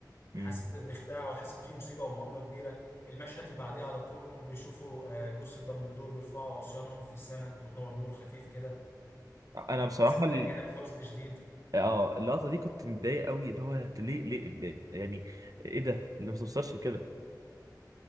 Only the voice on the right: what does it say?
مم.
انا بصراحه
ال...
اه اللقطه دي كنت متضايق قوي اللي هو انت ليه ليه ليه يعني ايه ده اللي ما توصلش كده